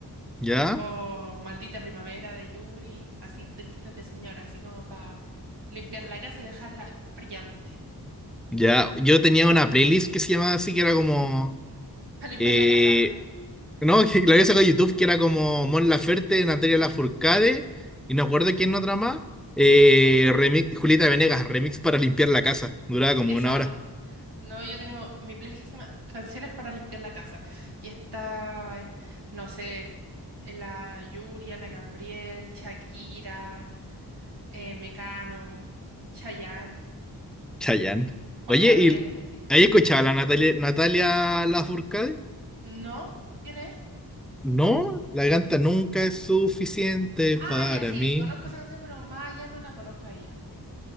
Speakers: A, in the centre; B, on the right.
A: ¿ya?
B: o Maldita Primavera de Yuri, así tristes de señora, así como para limpiar la casa y dejarla brillante.
A: Ya, yo tenía una playlist que se llamaba así, que era como,
B: <laughs> A limpiar
A: eh,
B: la casa.
A: no, <laughs> que la había sacado de YouTube, que era como Mon Laferte, Natalia Lafourcade, y no acuerdo quién otra más, eh,
B: Ujú,
A: remix, Julieta Venegas, remix para limpiar la casa, duraba como
B: Eso.
A: una hora.
B: No, yo tengo mi playlist que se llama Canciones para limpiar la casa. Y está, eh, no sé, eh, la Yuri, Ana Gabriel, Shakira, eh, Mecano, Chayanne,
A: chayanne
B: Juan
A: Oye,
B: Gabriel,
A: ¿y
B: así.
A: ahí escuchaba la Natalia, Natalia Lafourcade?
B: ¿No? ¿Quién es?
A: No, la ganta nunca
B: ¿No?
A: es suficiente
B: Ah,
A: para
B: ya sí,
A: mí.
B: conozco esa canción, pero más allá no la conozco a ella.